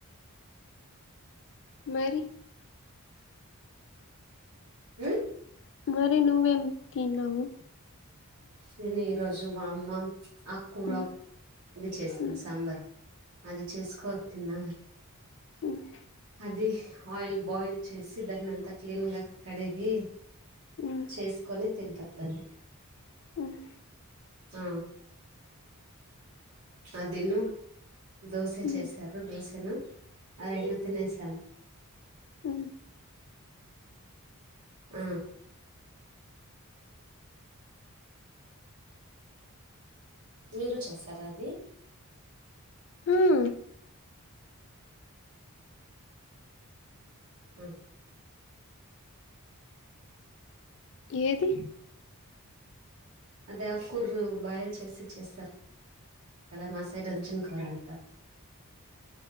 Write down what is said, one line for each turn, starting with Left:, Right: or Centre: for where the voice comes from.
Left: మరి
Right: మ్
Left: మరి నువ్వేం తిన్నవు.
Right: నేన్ ఈ రోజు బామ్మం ఆక్కూర
Left: ఉమ్
Right: ఇది చేసిం
Left: ఉమ్
Right: సాంబార్ అది చేస్కో తిన్నా
Left: ఉమ్
Right: అది ఆయిల్ బాయిల్ చేసి దాన్ని అంతా క్లీన్గా కడిగి
Left: ఉమ్
Right: చేస్కొని తింటర్ దాన్ని
Left: ఉమ్
Right: ఆ అది ను దోశ
Left: ఉమ్
Right: చేసారు దోశను ఆ రెండు తినేసాం.
Left: అ
Right: ఆ మీరు చేసారా అది
Left: హా
Right: అ
Left: ఏది
Right: అదా ఆ కుర్రు బాయిల్ చేసి చేస్తార్ కాదా మా సైడ్ <inaudible> అంటారు